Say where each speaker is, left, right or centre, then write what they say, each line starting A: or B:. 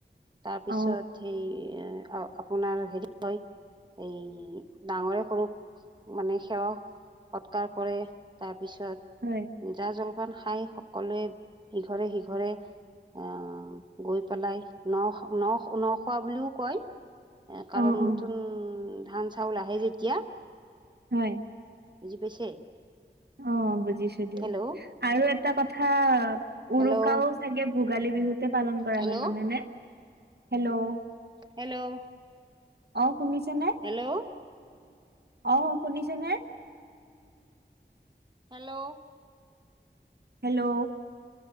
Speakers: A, on the right; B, on the right.
A: তাৰপিছত
B: অ
A: সেই অ' আপোনাৰ হেৰি হয়, এই ডাঙৰে সৰুক মানে সেৱা সৎকাৰ কৰে তাৰপিছত
B: হয়।
A: জা-জলপান খাই সকলোৱে ইঘৰে সিঘৰে আহ গৈ পেলাই, নখ নখ নখোৱা বুলিও কয়। কাৰণ
B: অ
A: নতুন
B: অ
A: ধান চাউল আহে যেতিয়া
B: হয়।
A: বুজি পাইছে।
B: অ' বুজিছো দিয়ক
A: হেল্ল'
B: আৰু এটা কথা
A: হেল্ল'
B: উৰুকাও চাগে ভোগালী বিহুতে পালন কৰা
A: হেল্ল'
B: হয়, নহয় নে? হেল্ল'
A: হেল্ল'
B: অ', শুনিছে নে?
A: হেল্ল'
B: অ', শুনিছেনে?
A: হেল্ল'
B: হেল্ল'